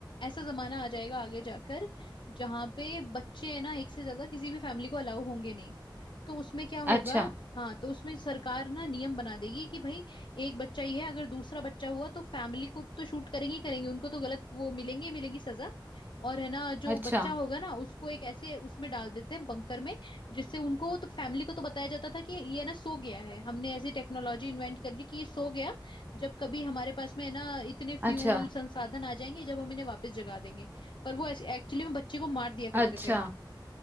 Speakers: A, on the left; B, on the right.
A: ऐसा जमाना आ जाएगा आगे जाकर जहाँ पे बच्चे है ना एक से ज्यादा किसी भी फैमिली को अलाउ होंगे नहीं तो उसमें क्या होगा
B: अच्छा
A: हाँ तो उसमें सरकार ना नियम बना देगी कि भाई एक बच्चा ही है अगर दूसरा बच्चा हुआ तो फैमिली को तो शूट करेंगे ही करेंगे उनको तो गलत वो मिलेंगे ही मिलेगी सजा और है ना जो
B: अच्छा
A: बच्चा होगा ना उसको एक ऐसे उसमें डाल देते हैं बंकर में जिससे उनको तो फैमिली को तो बताया जाता था कि ये ना सो गया है हमने ऐसी टेक्नोलॉजी इन्वेंट कर ली कि ये सो गया जब कभी हमारे पास में है ना इतने फ्यूल
B: अच्छा
A: संसाधन आ जाएंगे जब हम इन्हें वापस जगा देंगे पर वो एक्चुअली में बच्चे को मार दिया करते
B: अच्छा
A: थे